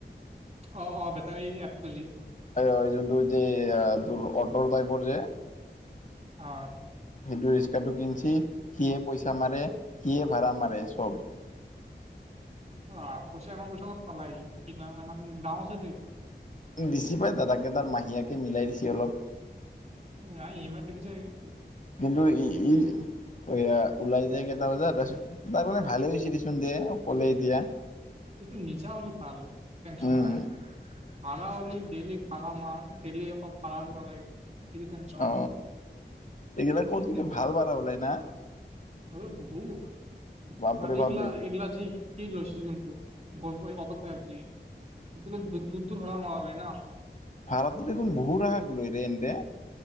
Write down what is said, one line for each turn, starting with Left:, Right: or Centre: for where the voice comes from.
Right: অ, অ বেটাৰী যি এপটো যি।
Left: এই অ যোনটো যে তোৰ অটৰ টাইপৰ যে।
Right: অ।
Left: সেইটো ৰিক্সাটো কিনছি, সিয়ে পইচা মাৰে, সিয়ে ভাড়া মাৰে চব।
Right: অ পইচা ইমান পইচা ক'ত পালাক সি? <unintelligible> দাম আছে দে সেইখান।
Left: দিছি পাই দাদাকে তাৰ মাহীয়েকে মিলাই দিছে অলপ।
Right: নাই ইয়েমাইত <unintelligible>
Left: কিন্তু, ই, ই এইয়া, ওলাই যায় কেইটা বজাত, তাৰপিছত, তাৰ মানে, ভালে হৈছে দেচোন, দে! অকলে এতিয়া।
Right: এইটো নিজা হ'লে, ভাল! টেনচন
Left: উম
Right: নাই। ভাড়া হ'লে, ডেইলি ভাড়া মাৰ, ডেইলি অলপ ভাড়া দিব লাগে। সেইটো টেনচন
Left: অ, এইগিলা ক'ত
Right: এই
Left: কিন্তু ভাল ভাড়া ওলাই না?
Right: এই বহুত আৰু
Left: বাপৰে
Right: আবে এইগলা
Left: বাপৰে
Right: এইগলা আজি যি লৈছে যোনটো <unintelligible> <unintelligible> ন।
Left: ভাৰতত দেখোন বহুত সহায় কৰিলে, এনেতে।